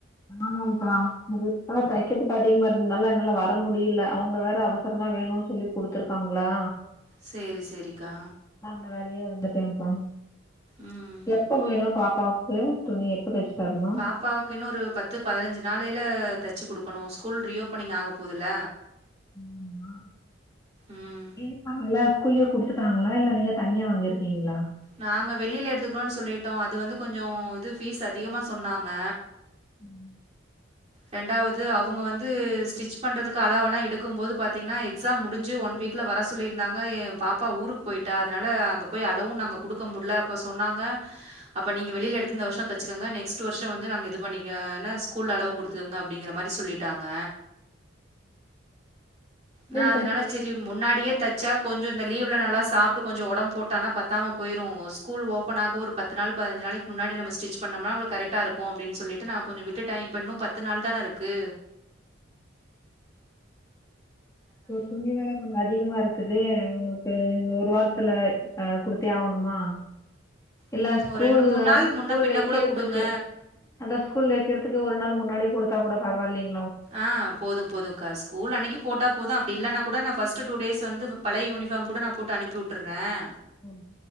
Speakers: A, on the left (about 15°); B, on the right (about 35°).
A: ஆமாப்பா தைக்கருதுக்கு அதிகமா இருந்ததுனால பாத்தீங்க என்னால வர முடியல அவங்க வேற அவசரமா வேணும்னு சொல்லி குடுத்துருக்காங்களா
B: செரி செரிக்கா
A: ந வேலயே வந்துட்டேன்ப்பா
B: ம்
A: எப்ப போயனும் பா பாப்பு துணி எப்ப தச்சு தரணு
B: பாப்பாவுக்குன்னு ஒரு பத்து பத்து பதினஞ்சு நாளையில தச்சு குடுக்கணும் ஸ்கூல் ரீஓபனிங் ஆக போகுதுல
A: ஆமா
B: ம்
A: யூனிபாம் எல்லா ஸ்கூல்லயே குடுத்துட்டாங்களா இல்ல நீங்க தனியா வாங்கிருக்கீங்களா
B: நாங்க வெளியில எடுத்துக்கிறோம்ன்னு சொல்லிட்டோம் அது வந்து கொஞ்சம் இது பபீஸ் அதிகமா சொன்னாங்க
A: உம்
B: ரெண்டாவது அவங்க வந்து ஸ்டிச் பண்றதுக்கு அளவெல்லாம் எடுக்கும் போது பாத்தீங்கன்னா எக்ஸாம் முடிஞ்சு ஒன் வீக்ல வர சொல்லியிருந்தாங்க எ பாப்பா ஊருக்கு போயிட்டா அதனால அங்க போய் அளவும் நாங்க கொடுக்க முடியல அப்ப சொன்னாங்க அப்ப நீங்க வெளியில எடுத்த இந்த வருஷம் தச்சுக்கோங்க நெக்ஸ்ட் வருஷம் வந்து நாங்க இது பண்ணிக்கன்னா ஸ்கூல் அளவு கொடுத் இருக்குங்க அப்டிங்கற மாதரி சொல்லிட்டாங்க
A: சரிப்பா
B: நான அதனால
A: சரி
B: செரி முன்னாடியே தச்சா கொஞ்சம் இந்த லீவல நல்லா சாட்டு கொசம் உடம்ப போட்ட பத்தாம போயிரும் ஸ்கூல் ஓபன் ஆக ஒரு பத்துநாள் பதிஇஞ்சினாலுக்கு முன்னடி ஸ்டிச் பனோம்னா கரெக்ட் ஹா இருக்கும்னுட்டு விட்டுட்டான் இப்ப இன்னும் பத்து பத்து நாள் தானே இருக்கு
A: துணிவேற கொஞ்ச அதி அதிகமா இருக்குது உங்களுக்கு இந்த ஒரு வாரத்துல அஹ் குடுத்தே ஆகணுமா இல்ல
B: ம்.
A: ஸ்கூல
B: ஒரு நாள்
A: ஸ்கூல
B: முன்ன பின்ன
A: வைக்கிறதுக்கு
B: கூட குடுங்க.
A: அத ஸ்கூல் வைக்கிறதுக்கு ஒரு நாள் முன்னாடி கொடுத்தா கூட பரவில்லங்க
B: ஆ போதும் போதும்க்கா ஸ்கூல் அன்னைக்கு போட்டா போதும் அப்ப இலனா கூட ந ஃபஸ்டு டூ டேஸ்ந்து பழையயூனிஃபர்ம் கூ நான் போட்டு அனுப்பி விட்டுறேன்
A: ஹம்